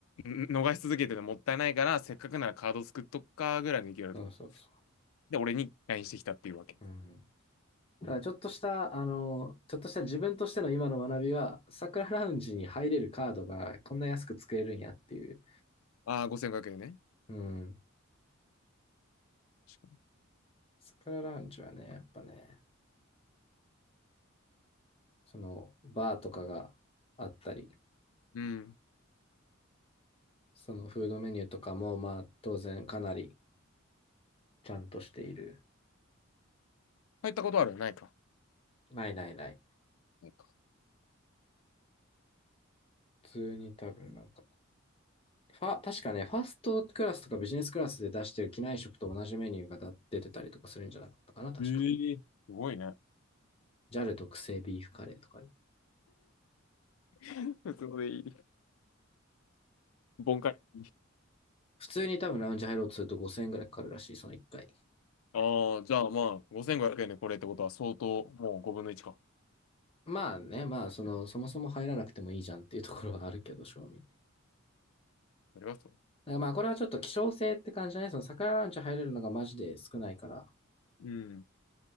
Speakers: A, on the left; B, on the left.
A: 逃し続けてるのもったいないから、せっかくならカード作っとくかぐらいの勢いだと思う。
B: そうそうそ
A: で、俺に LINE してきたっていうわけ。
B: う。うん。ただちょっとした、あの、ちょっとした自分としての今の学びは、桜ラウンジに入れるカードがこんな安く作れるんやっていう。
A: ああ、5500円ね。
B: うん。
A: 確か
B: 桜ラウンジはね、やっぱね、そのバーとかがあったり、
A: にうん。
B: そのフードメニューとかもまあ当然かなりちゃんとしている。
A: 入ったことあるないか。
B: ないないない。
A: ないか。
B: 普通に多分なんか、ファ、確かね、ファーストクラスとかビジネスクラスで出してる機内食と同じメニューがだ出てたりとかするんじゃなかったかな、確か。
A: ええすごいね。
B: JAL 特製ビーフカレーとかある
A: <laughs> 普通のでいい。ボンカリ。
B: 普通に多分ラウンジ入ろうとすると5000円ぐらいかかるらしい、その1回。
A: ああ、じゃあまあ、5500円でこれってことは相当、もう5分の1か。
B: まあね、まあその、そもそも入らなくてもいいじゃんっていうところはあるけど、正味。
A: ありがと
B: だからまあこれはちょっと希少性って感じだね。その桜ランチ入れるのがマジで少ないから。
A: う。うん。